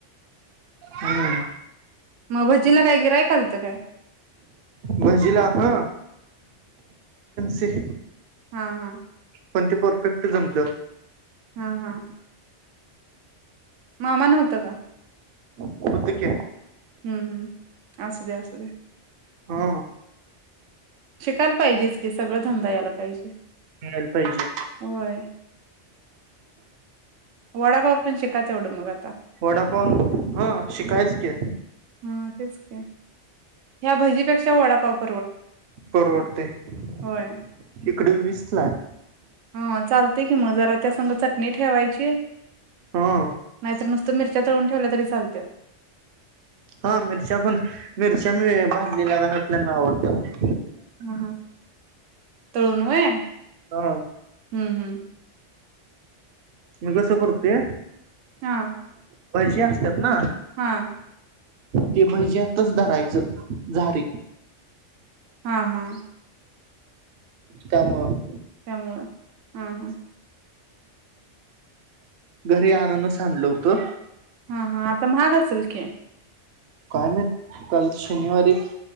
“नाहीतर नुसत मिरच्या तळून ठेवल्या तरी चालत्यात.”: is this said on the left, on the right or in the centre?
Right